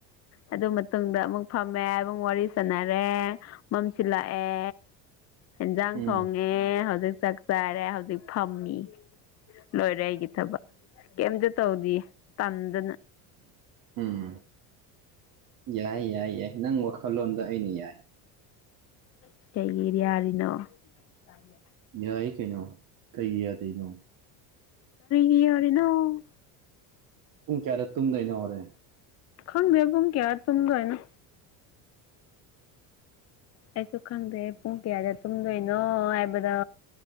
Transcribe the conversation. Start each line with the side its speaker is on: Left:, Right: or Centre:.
Left: ꯑꯗꯨ ꯃꯇꯨꯡꯗ ꯑꯃꯨꯛ ꯐꯝꯃꯦ ꯑꯃꯨꯛ ꯋꯥꯔꯤ ꯁꯥꯟꯅꯔꯦ ꯃꯝꯁꯤꯜꯂꯛꯑꯦ ꯏꯟꯖꯥꯡ
Right: ꯎꯝ
Left: ꯊꯣꯡꯉꯦ ꯍꯧꯖꯤꯛ ꯆꯥꯛ ꯆꯥꯔꯦ ꯍꯧꯖꯤꯛ ꯐꯝꯃꯤ ꯂꯣꯏꯔꯦ ꯑꯩꯒꯤ ꯊꯕꯛ ꯀꯩꯝꯇ ꯇꯧꯗ ꯇꯟꯗꯅ
Right: ꯎꯝ ꯌꯥꯏ ꯌꯥꯏ ꯌꯥꯏ ꯅꯪ ꯋꯥꯈꯜꯂꯣꯟꯗ ꯑꯩꯅ ꯌꯥꯏ
Left: ꯎ ꯀꯩꯒꯤꯔꯤ ꯌꯥꯔꯤꯅꯣ ꯇꯦ
Right: ꯌꯥꯏ ꯀꯩꯅꯣ ꯀꯩꯒꯤꯌꯥꯗꯩꯅꯣ
Left: ꯌꯥꯔꯦꯅꯣ
Right: ꯄꯨꯡ ꯀꯌꯥꯗ ꯇꯨꯝꯗꯩꯅ ꯍꯧꯔꯦ
Left: ꯈꯪꯗ꯭ꯔꯦ ꯄꯨꯡ ꯀꯌꯥ ꯇꯨꯝꯗꯣꯏ ꯅꯣ ꯑꯩꯁꯨ ꯈꯪꯗꯦ ꯄꯨꯡ ꯀꯌꯥꯗ ꯇꯨꯝꯗꯣꯏꯅꯣ ꯍꯥꯏꯕꯗ